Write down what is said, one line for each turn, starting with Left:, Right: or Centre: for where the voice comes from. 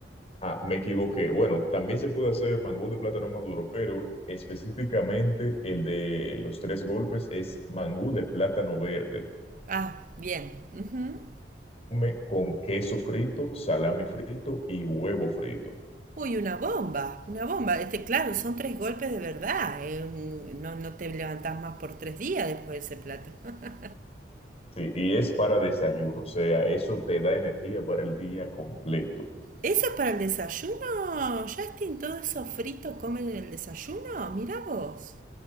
Left: Ah, me equivoqué. Bueno, también se puede hacer mangú de plátano maduro, pero específicamente el de los tres golpes es mangú de plátano verde
Right: Ah, bien. Ujú.
Left: come con queso frito, salami frito y huevo frito.
Right: Uy, una bomba, una bomba. Este, claro, son tres golpes de verdad. eh, un- No, no te levantás más por tres días después de ese plato. <laughs>
Left: Sí, y es para desayuno, o sea, eso te da energía para el día completo. <laughs>
Right: ¿Eso es para el desayuno, Justin? ¿Todo eso frito comen en el desayuno? Mira vos.